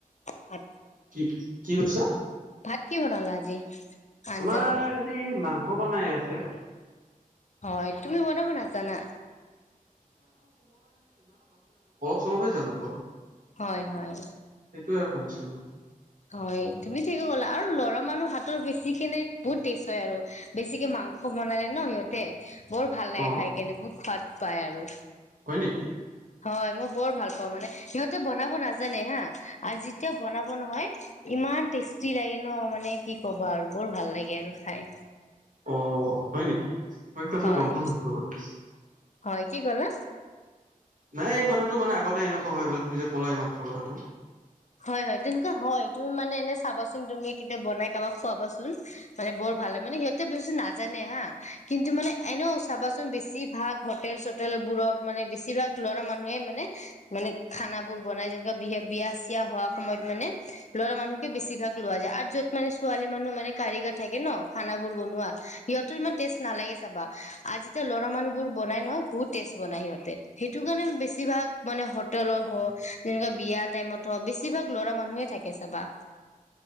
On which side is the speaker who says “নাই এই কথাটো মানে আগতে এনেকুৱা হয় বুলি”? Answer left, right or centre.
Right